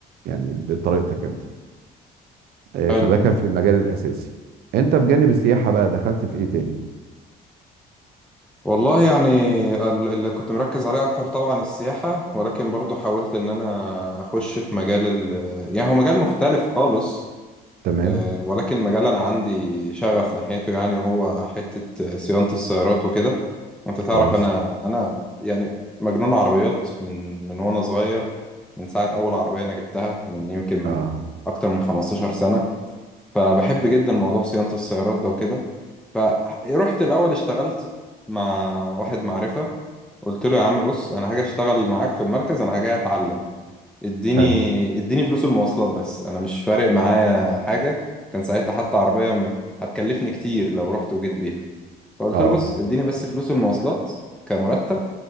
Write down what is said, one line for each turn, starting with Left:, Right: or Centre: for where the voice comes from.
Right: يعني بطريقتك انت آه،
Centre: حلو
Right: فده كان في المجال الاساسي انت بجانب السياحه بقى دخلت في ايه تاني
Centre: والله يعني ال- اللي كنت مركز عليه اكتر طبعا السياحة ولكن برضو حاولت ان انا اخش في مجال ال... يعني هو مجال مختلف خالص
Right: تمام
Centre: آه، ولكن مجال أنا عندي شغف ناحيته يعني هو حتة آه، صيانة السيارات وكده أنت تعرف
Right: كويس
Centre: أنا أنا يعني مجنون عربيات من من وأنا صغير من ساعة أول عربية أنا جبتها من يمكن من
Right: اه
Centre: أكتر من 15 سنة فبحب جدا موضوع صيانة السيارات ده وكده فرحت الأول اشتغلت مع واحد معرفة قلت له يا عم بص أنا هاجي أشتغل معاك في المركز أنا جاي أتعلم اديني
Right: حلو
Centre: اديني فلوس المواصلات بس انا مش فارق معايا حاجه كان ساعتها حتى عربيه م- هتكلفني كتير لو رحت وجيت بيها فقلت
Right: اه
Centre: له بص اديني بس فلوس المواصلات كمرتب